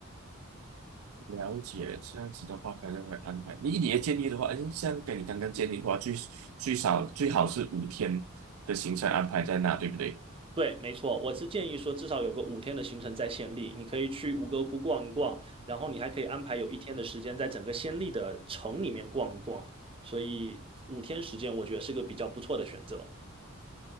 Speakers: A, on the right; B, on the right.
A: 了解，这样子的话可能会安排。你你的建议的话，诶像跟你刚刚建议的话，最最少最好是五天的行程安排在那，对不对？
B: 对，没错，我是建议说至少有个五天的行程在暹粒，你可以去吴哥窟逛一逛，然后你还可以安排有一天的时间在整个暹粒的城里面逛一逛，所以五天时间我觉得是个比较不错的选择。